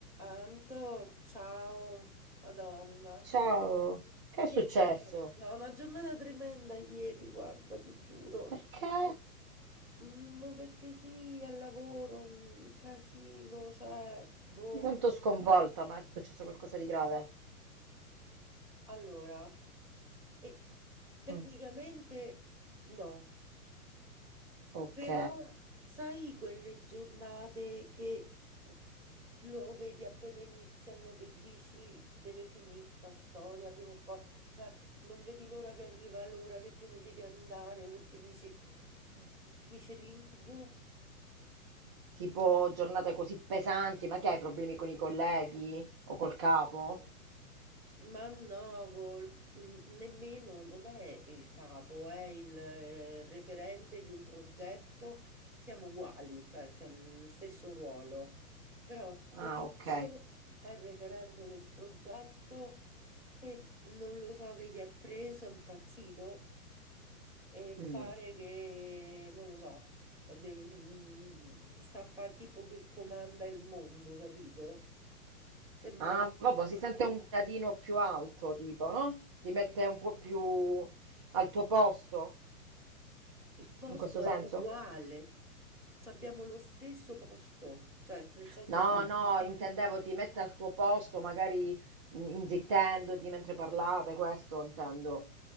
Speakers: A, in the centre; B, on the right.
A: Anto, ciao, Madonna.
B: Ciao, che
A: Che
B: è successo?
A: giornata. No, una giornata tremenda ieri, guarda, ti giuro.
B: Perché?
A: Mm, Ma perché sì, al lavoro, un casino, cioè, boh.
B: Ti sento sconvolta, ma è successo qualcosa di grave?
A: Allora, e tecnicamente
B: Mm,
A: no.
B: ok,
A: Però sai quelle giornate che co- lo vedi appena iniziano, che dici deve finire sta storia prima o poi, cioè non vedi l'ora che arriva l'ora che te ne devi andare perché dici finisce l'incubo
B: tipo giornate così pesanti, ma che hai problemi con i colleghi o col capo?
A: Ma no, col- mm, nemmeno, non è il capo, è il eh, referente di un progetto, siamo uguali, cioè siamo nello stesso ruolo, però sto
B: Ah,
A: tizio
B: ok.
A: è il referente del progetto e non lo so che gli è preso, è impazzito e
B: Mm.
A: pare che, non lo so, deve- mm, sta a fa tipo che comanda il mondo, capito? Sembra...
B: Ah, vabbè, si sente un gradino più alto, tipo, no? Ti mette un po' più al tuo posto,
A: Il posto
B: in questo senso?
A: è uguale, c'abbiamo lo stesso posto, cioè nel senso,
B: No, Mm. no, intendevo ti mette al tuo posto, magari in- inzittendoti mentre parlate, questo intendo.